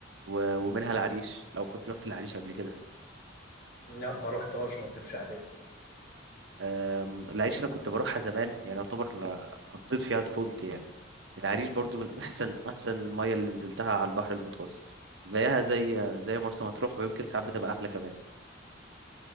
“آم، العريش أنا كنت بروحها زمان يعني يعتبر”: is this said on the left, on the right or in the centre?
Right